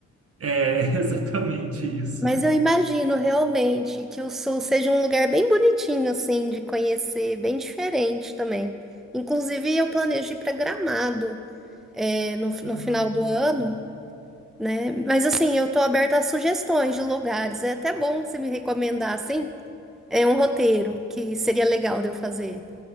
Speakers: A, on the right; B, in the centre.
A: É <laughs> exatamente isso.
B: Mas eu imagino realmente que o Sul seja um lugar bem bonitinho, assim, de conhecer, bem diferente também. Inclusive, eu planejo ir para Gramado. É, no, no
A: Ah,
B: final do ano, né? Mas assim, eu tô aberta a sugestões de lugares. É até bom você me recomendar, assim, é um roteiro que seria legal de eu fazer.